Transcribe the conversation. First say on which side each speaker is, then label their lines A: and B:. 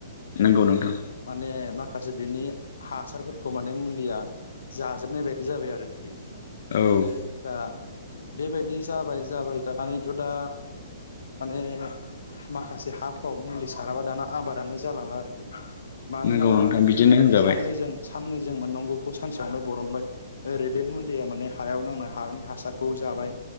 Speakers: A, on the left; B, on the left.
A: नंगौ नोंथां
B: माने मा खासे बिनि हासारफोरखौ माने मुलिया जाजोबनाय बायदि जाबाय आरोखि
A: औ
B: दा बेबायदि जाबाय जाबाय थानानैथ' दा माने माखासे हाफ्राव मुलि साराबा दाना आबादानो जालांला आरोखि मानोना
A: नंगौ नोंथां बिदिनो होनजाबाय
B: साननैजों साननैजों मोननांगौखौ सानसेयावनो बरनबाय ओरै बे मुलिया माने हायाव नांना हानि हासारखौ जाबाय